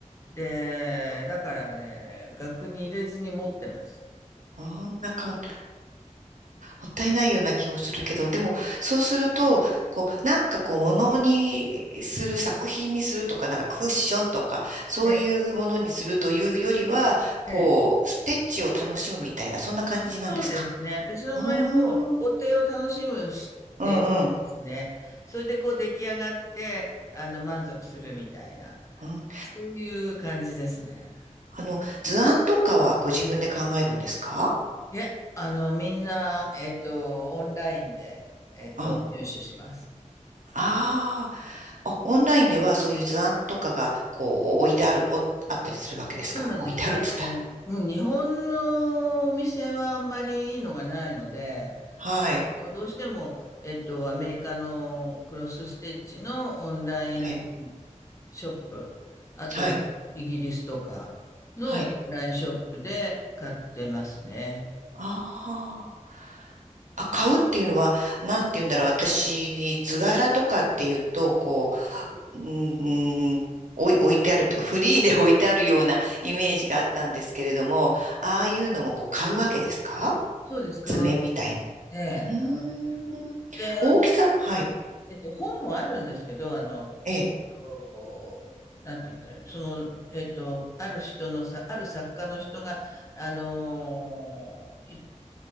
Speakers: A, on the left; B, on the right.
A: で、だからね、額に入れずに持ってます。
B: あん、なんかもうもったいないような気をするけど、でも、そうすると、こう、なんかこう、物にする、作品にするとか、なんかクッションとか、そういうものにするというよりは、
A: ええ、
B: こう、
A: ねえ
B: ステッチを楽しむみたいな、そんな感じなんですか
A: そうですね。私の場合も工程を楽しむしっていう感じですね。
B: うーん、うんうん、
A: それでこう出来上がって、あの、満足するみたいな、
B: うん。
A: そういう感じですね。
B: あの、図案とかはご自分で考えるんですか
A: いや、あの、みんな、えっと、オンラインで、えっと、
B: うん。あ
A: 入手します。
B: ああ、オンラインではそういう図案とかが、こう、置いてある、おあったりするわけですか置いてあるって言ったら。
A: そうなんです。あの、うん日本のお店はあんまりいいのがないので、
B: はい。
A: あのどうしても、えっと、アメリカのクロスステッチのオンライン
B: え、
A: ショップ、あと、
B: はい。
A: イギリスとかのオンラインショップで買ってますね。
B: はい。ああ。あ、買うっていうのは、なんて言うんだろう。私、図柄とかっていうと、こう、うーん、おい、置いてあるとか、フリーで置いてあるようなイメージがあったんですけれども、ああいうのもこう買うわけですか
A: そうです、買う、
B: 図面みたいな。
A: ええ、
B: うーん。
A: 買うんですよ。で、あの、
B: 大きさはい。
A: えっと、本もあるんですけど、あの、
B: ええ。
A: となんて言ったらいいの、その、えっと、ある人のさ、ある作家の人が、あのーい